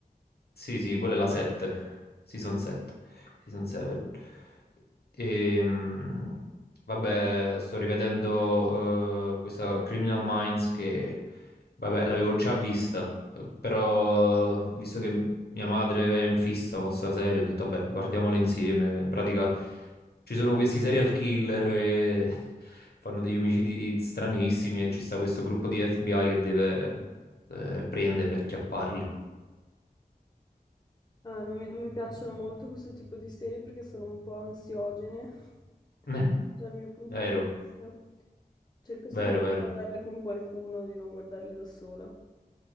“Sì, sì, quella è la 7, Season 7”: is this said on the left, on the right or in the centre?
Left